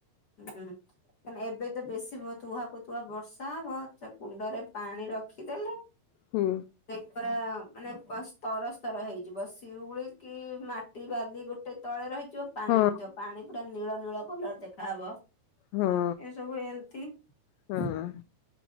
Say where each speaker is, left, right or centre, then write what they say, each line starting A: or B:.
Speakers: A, on the left; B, on the left.
A: ଉଁ ହୁଁ କାଁହିଁ ନା ଏବେ ତ ବେଶୀ ତୁହାହାକୁ ତୁହା ବର୍ଷା ହବ ସେ କୁଣ୍ଡରେ ପାଣି ରଖିଦେଲେ
B: ହୁଁ
A: । ଦେଖ ପରା ମାନେ । ବସ ସ୍ତର ସ୍ତର ହେଇଯିବ ସଉଳି କି ମାଟି ବାଲି ଗୋଟେ ତଳେ ରହିଯିବ । ଯୋଉ ପାଣି
B: ହଁ
A: ହଉ ଥିବ ପାଣି । ପୁରା ନୀଳ ନୀଳ କଲର ଦେଖା । ଖା ହବ ।
B: ହଁ
A: ଏସବୁ ଏମିତି
B: ହଁ
A: ।